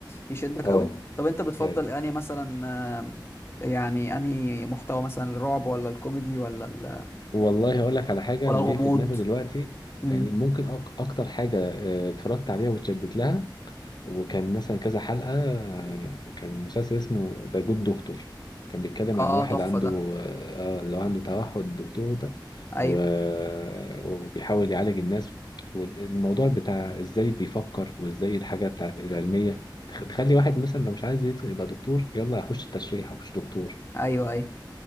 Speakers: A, on the left (about 30°); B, on the left (about 60°).
A: يشدك
B: أه
A: قوي طب انت بتفضل
B: أيوه
A: انهي مثلا آم، يعني انهي محتوى مثلا الرعب ولا الكوميدي ولا
B: والله هقول لك على حاجة
A: ولا
B: أنا
A: الغموض
B: جاي في دماغي دلوقتي
A: امم
B: يعني ممكن أك- أكتر حاجة آه، اتفرجت عليها واتشدت لها وكان مثلا كذا حلقة آه، كان مسلسل اسمه ذا جود دكتور كان بيتكلم
A: اه
B: عن واحد
A: تحفة
B: عنده
A: ده
B: آه آه، اللي هو عنده توحد دكتور ده
A: ايوه
B: و- وبيحاول يعالج الناس والموضوع بتاع ازاي بيفكر وازاي الحاجة بتاعت العلمية تخ- تخلي واحد مثلا لو مش عايز يدخل يبقى دكتور يلا هخش التشريح هخش دكتور
A: ايوه ايوه